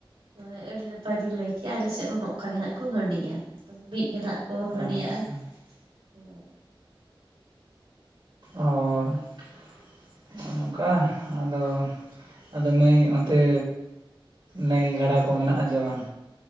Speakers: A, on the right; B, on the right.
A: ᱦᱳᱭ ᱟᱹᱰᱤ ᱱᱟᱯᱟᱭ ᱵᱤᱱ ᱞᱟᱹᱭ ᱠᱮᱜ-ᱟ ᱟᱞᱮ ᱥᱮᱫ ᱦᱚᱸ ᱱᱚᱜ ᱠᱟ ᱜᱮ ᱱᱟᱜ ᱠᱚ ᱦᱟᱺᱰᱤᱭᱟ ᱛᱚᱵᱮ ᱢᱤᱫ ᱜᱮ ᱱᱟᱦᱟᱜ ᱠᱚ ᱦᱟᱺᱰᱤᱭᱟ-ᱟ,
B: ᱟᱪᱪᱷᱟ
A: ᱦᱳᱭ
B: ᱚ ᱦᱚᱸᱜ-ᱚ
A: ᱦᱳᱭ
B: ᱱᱚᱝᱠᱟ ᱟᱫᱚ, ᱟᱫᱚ ᱢᱟᱹᱭ ᱚᱱᱛᱮ, ᱱᱟᱹᱭ ᱜᱟᱰᱟᱠᱚ ᱢᱮᱱᱟᱜᱼᱟ ᱡᱮ ᱵᱟᱝ?